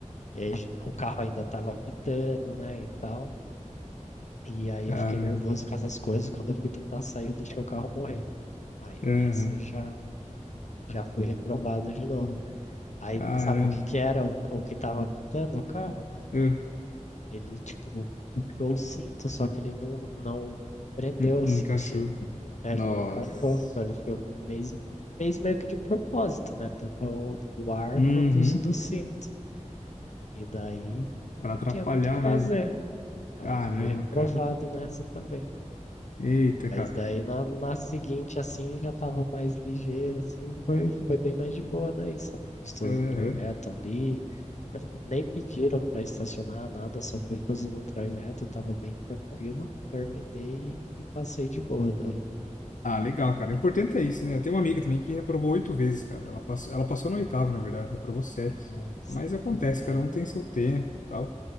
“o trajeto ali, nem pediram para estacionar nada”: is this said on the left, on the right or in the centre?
Left